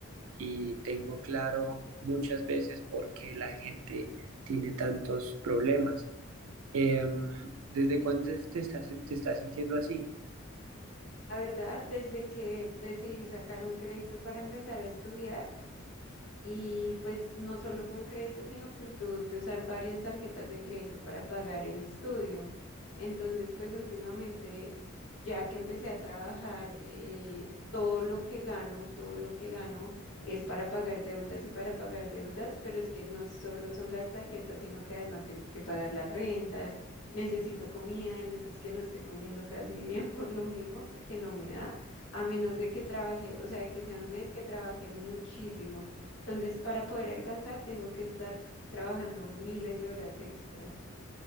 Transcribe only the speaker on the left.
La verdad, desde que decidí sacar un crédito para empezar a estudiar, Y pues no solo fue un crédito, sino que tuve que usar varias tarjetas de crédito para pagar el estudio. Entonces, pues últimamente, ya que empecé a trabajar, eh, todo lo que gano, todo lo que gano es para pagar deudas y para pagar deudas, pero es que no solo son las tarjetas, sino que además tengo que pagar la renta, necesito comida, hay meses que no estoy comiendo casi bien por lo mismo, porque no me da, a menos de que trabaje, o sea, que sea un mes que trabajé muchísimo entonces, para poder alcanzar, tengo que estar trabajando miles de horas extras.